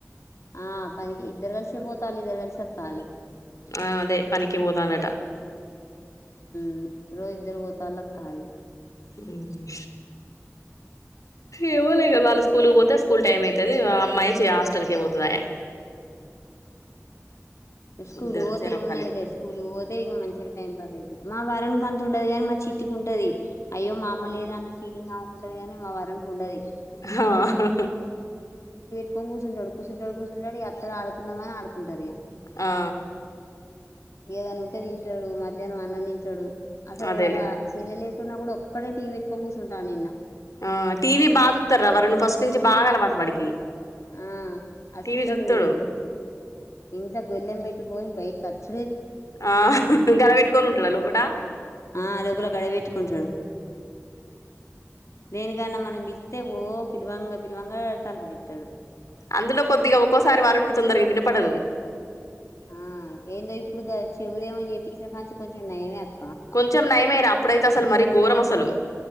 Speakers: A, on the left; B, on the left.
A: ఆ పనికి ఇద్దరు కలిసి పోతాలు ఇద్దరు కలిసి వత్తాలు
B: ఆ అదే పనికి పోదాలట
A: మ్ రోజు ఇద్దరు పోత్తాలు వత్తాలు
B: హ్మ్ ఏమోలే ఇగ వాళ్ళు స్కూల్కి పోతే స్కూల్ టైం అయితది అమ్మాయి చె హాస్టల్కి పోతదయె
A: ఆ స్కూల్
B: ఇద్దరు
A: పోతే
B: చెరొక్కళ్ళు
A: ఏం ఉన్నదిలే స్కూల్ పోతే ఇంకా మంచిగా టైం పాస్ అయితది మా వరుణ్కు అంత ఉండదు గాని మా చిట్టికి ఉంటది అయ్యో మా అమ్మ లేదన్న ఫీలింగ్ ఆమెకుఉంటది కాని మా వరుణ్కి ఉండది
B: ఆహా
A: పక్కన కూర్చుంటాడు కుర్చుంటాడు కూచుంటాడు ఈ ఆడుకుందమఅని ఆడుకుంటారు ఇగ
B: ఆ
A: ఏదనా ఉంటే తింటడు మధ్యాహ్నం అన్నం తింటడు అసలు
B: అదేలే
A: వాళ్ళ చెల్లెలు లేకున్నా కూడా ఒక్కడే టీవీ పెట్టుకొని కూర్చుంటాడు నిన్న
B: ఆ టీవీ బా చూస్తార్ర వరుణ్ ఫస్ట్ నుంచి బాగా అలవాటు వాడికి
A: ఆ అస్సల్
B: టీవీ చూత్తడు
A: ఇ ఇంత గొల్లెం పెట్టుకొని బయటకి వచ్చ
B: ఆ గడ పెట్టుకొని ఉంటాడ లోపట
A: ఆ లోపల గడపెట్టుకుంటాడు దేనికన్నా మనం తే ఓ పిల్వాంగ పిల్వంగ తలుపుదిత్తాడు
B: అందులో కొద్దిగా ఒక్కోసారి వరుణ్కి తొందరగా వినపడదు
A: ఆ ఏందో ఇప్పుడుగ చెవుదేమో చేపిచ్చిన కాన్చి కొంచెం నయమే అ
B: కొంచెం నయమే రా అప్పుడైతే అసలు మరి ఘోరం అసలు